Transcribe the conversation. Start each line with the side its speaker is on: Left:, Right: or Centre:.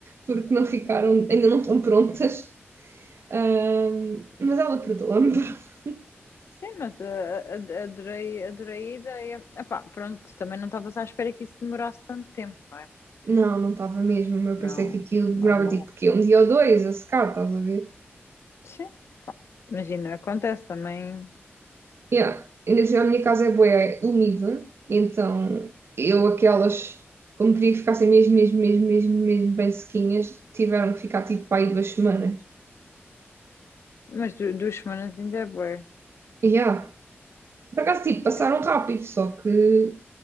Right: porque não ficaram, ainda não estão prontas. Ahm, mas ela perdoa-me. <laughs>
Left: Sim, mas ah, ah, ah, adorei, adorei a ideia. Epá, pronto, também não estavas à espera que isso demorasse tanto tempo, não é?
Right: Não, não estava mesmo. Eu
Left: Não,
Right: pensei que aquilo
Left: normal.
Right: demorava, tipo, quê? um dia ou dois a secar, estás a ver?
Left: Sim, imagina, acontece também.
Right: Yeah. Ainda assim, a minha casa é bué úmida, então eu aquelas, como queria que ficassem mesmo, mesmo, mesmo, mesmo, mesmo bem sequinhas, tiveram que ficar tipo para aí duas semanas.
Left: Mas du- duas semanas ainda é bué.
Right: Yeah. Por acaso, tipo, passaram
Left: Yeah.
Right: rápido, só que